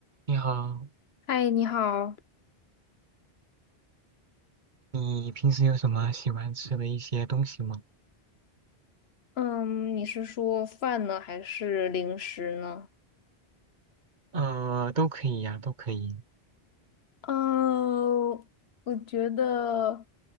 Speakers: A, on the right; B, on the left.
A: 你好，
B: 嗨，你好。
A: 你平时有什么喜欢吃的一些东西吗？
B: 嗯，你是说饭呢，还是零食呢？
A: 呃，都可以呀，都可以。
B: 嗯，我觉得，